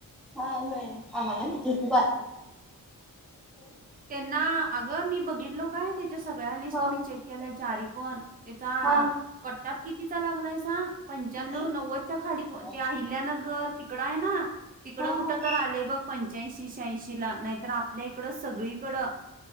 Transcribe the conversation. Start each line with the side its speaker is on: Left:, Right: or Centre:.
Centre: हा होय आम्हाला नव्हतीत बा
Right: त्यांना अगं मी बघितलो काय त्याच्या सगळ्या लिस्टमही
Centre: हा
Right: चेक केल्या चारी पण. त्याचा
Centre: हा
Right: कट् ऑफ कितीचा लागलाय सांग? पंच्याण्णव
Centre: किती
Right: नव्वदच्या खाली
Centre: हा
Right: ते अहिल्यानगर तिकडं आहे ना, तिकडं
Centre: हा
Right: कुठं तर आलंय बघ पंच्याऐंशी शहाऐंशी ला नाहीतर आपल्या इकड सगळी. ड